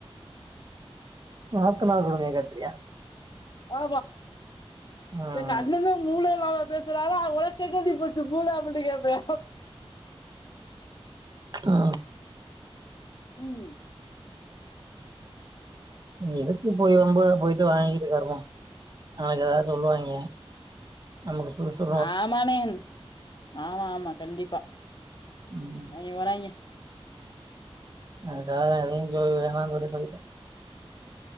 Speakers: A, on the right (about 45°); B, on the left (about 45°).
A: நாத்தனா கொடுமைய காட்றியா
B: ஆ
A: ம்
B: நேத்து அண்ணணே மூளை இல்லாம பேசறாங்க உனக்கெங்கடி போச்சு மூள அப்டி கேப்பே
A: ஆ
B: ம்
A: எதுக்கு போய் ரொம்ப போயிட்டு வாங்கிட்டு கருமோ அவங்க ஏதா சொல்லுவாங்க நமக்கு சுடு சொ
B: ஆமானே ஆமா ஆமா கண்டிப்பா
A: ம்
B: அவைங்க வறாங்கே
A: எனக்கா எதுக்கு வேணா சொல்லி சொல்லிட்ட